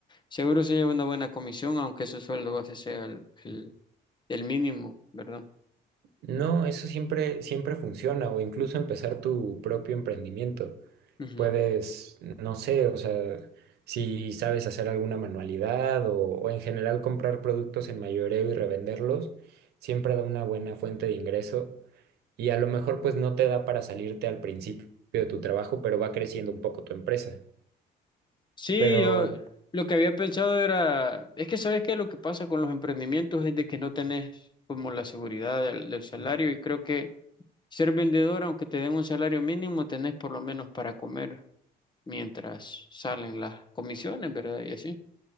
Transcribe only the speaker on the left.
Seguro se lleva una buena comisión, aunque su sueldo base sea el, el, el mínimo, ¿verdad?
Ujú.
Sí,
yo lo que había pensado era, es que sabes que lo que pasa con los emprendimientos es de que no tenés como la seguridad del, del salario y creo que ser vendedor, aunque te den un salario mínimo, tenés por lo menos para comer mientras salen las comisiones, ¿verdad? Y así.